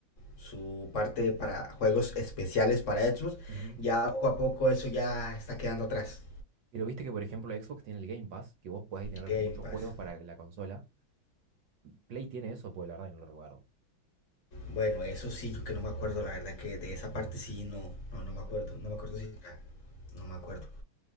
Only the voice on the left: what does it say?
su parte para juegos especiales para Xbox.
Ya poco a poco eso ya está quedando atrás.
Game
Pass.
Bueno, eso sí, yo que no me acuerdo, la verdad que de esa parte sí, no, no, no me acuerdo. No me acuerdo si... No me acuerdo.